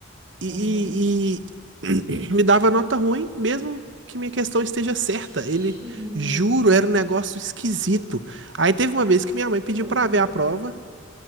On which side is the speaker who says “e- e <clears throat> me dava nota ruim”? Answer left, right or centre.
Right